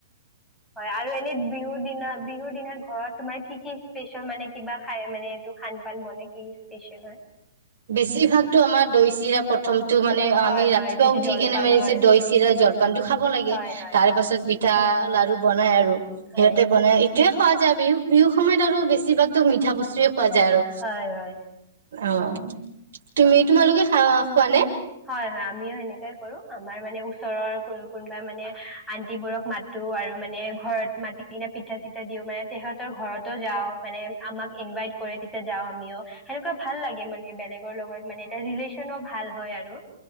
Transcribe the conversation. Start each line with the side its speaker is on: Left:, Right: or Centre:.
Centre: হয় আৰু এনে বিহুৰ দিনা বিহুৰ দিনা ঘৰত তোমাৰ কি কি স্পেচিয়েল মানে কিবা খাই মানে এইটো খান পান বনে কি স্পেচিয়েল হয়।
Right: বেছিভাগতটো আমাৰ দৈ চিৰা প্ৰথম তটো মানে
Centre: হয়
Right: আমি
Centre: হয়
Right: ৰাতিপুৱা
Centre: এইটোতো
Right: উঠি
Centre: জলপান
Right: কেনে মাৰিছে
Centre: হয়
Right: দৈ
Centre: হয়
Right: চিৰা
Centre: ঠিকে ক'লা
Right: জলপান টো খাব লাগে,
Centre: হয় হয়
Right: তাৰ পাছত পিঠা লাৰু বনাই আৰু
Centre: হয়
Right: সিহঁতে বনাই তয়ে খোৱা যায় বিহু বিহু সময়ত আৰু বেছিভাগতো মিঠা বস্তুে বজাৰো
Centre: হয় হয়
Right: অঁ- তুমি
Centre: হয়
Right: তোমালোকে খা কোৱা নে
Centre: হয় হয় আমিও সেনেকাই কৰো আমাৰ মানে ওচৰৰ কোন কোনোবা মানে আন্টিবোৰক মাতো আৰু মানে ঘৰত মাতি কিনা পিঠা চিঠা দিও মানে তেহতৰ ঘৰতো যাও মানে আমাক ইনভাইট কৰে তেতিয়া যাও আমিও সেনেকুৱা ভাল লাগে মানে বেলেগ লগত মানে এটা ৰিলেশ্যন ভাল হয় আৰু